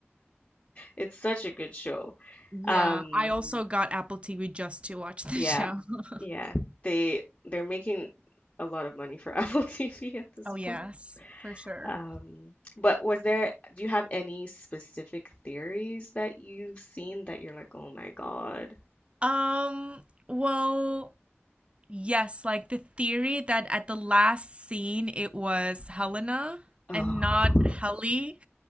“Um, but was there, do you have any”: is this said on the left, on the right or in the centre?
Left